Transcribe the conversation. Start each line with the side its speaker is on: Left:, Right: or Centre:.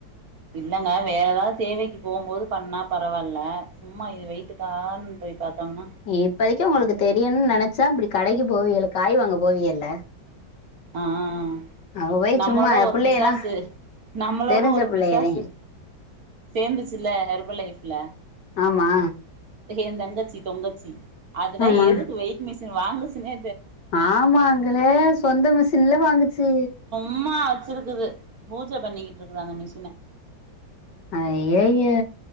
Right: இல்லங்க வேற ஏதாவது தேவைக்கு போம்போது பண்ணா பரவாயில்ல சும்மா இது வெயிட்டுக்கான்னு போய் பாத்தோம்னா
Left: இப்பதக்கே உங்களுக்கு தெரியுன்னு நெனச்சா அப்டி கடைக்கு போவல்ல காய் வாங்க போவியல்ல
Right: ஆ ஆ ஆ
Left: அவ போய்
Right: நம்மளோட
Left: சும்மா
Right: ஒரு
Left: பிள்ளையெல்லாம்
Right: பிசாசு நம்மளோட
Left: தெரிஞ்ச
Right: ஒரு
Left: பிள்ளையதே
Right: பிசாசு சேர்ந்துச்சில்ல ஹெர்பல் லைஃப்ல
Left: ஆமா
Right: ஏ தங்கச்சி தொங்கச்சி அதெல்லா
Left: ஆமா
Right: எதுக்கு வெயிட் மிஷின் வாங்குச்சுன்னே
Left: ஆமாங்களே சொந்த மிஷின்ல வாங்குச்சு
Right: சும்மா வச்சிருக்குது பூஜை பண்ணிக்கிட்டு இருக்க்குறாங்க அந்த மிஷின
Left: ஐய்யய்யோ